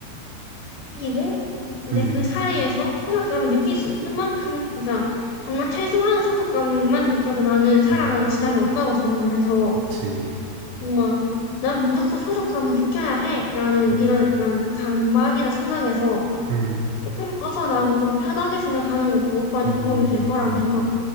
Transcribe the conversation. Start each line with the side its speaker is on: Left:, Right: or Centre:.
Left: 생기고 이제
Right: 음.
Left: 그 사이에서 소속감을 느낄 수 있는 만큼 그러니까 정말 최소한의 소속감만 느껴도 나는 살아가는
Right: 음.
Left: 지장이 없다고 생각을 해서
Right: 그치.
Left: 뭔가 난 무조건 소속감을 느껴야 해라는
Right: 음,
Left: 이런 약간 강박이나 생각에서
Right: 음,
Left: 조금 벗어나고 좀 편하게 생각하는 것도 오빠한테
Right: 음,
Left: 도움이 될 거라고
Right: 맞아.
Left: 생각